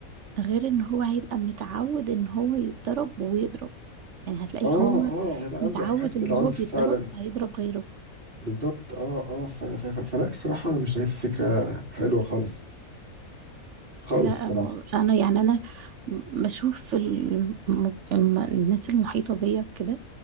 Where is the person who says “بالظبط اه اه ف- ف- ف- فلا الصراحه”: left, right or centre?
Right